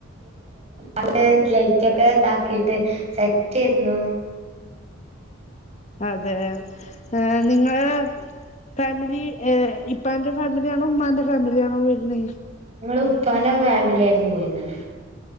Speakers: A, on the right; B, on the left.
A: അവിടെ ലൈറ്റ് ഒക്കെ ഇതാക്കീട്ട് സെറ്റ് അയിരുന്നു
B: അതെ ഏഹ് നിങ്ങള് ഫാമിലി ഇപ്പാന്റെ ഫാമിലിയാണോ ഉമ്മാന്റെ ഫാമിലി ആണോ പോയിരുന്നെ
A: ങ്ങള് ഉപ്പാന്റെ ഫാമിലി ആയിരുന്നു പോയിരുന്നത്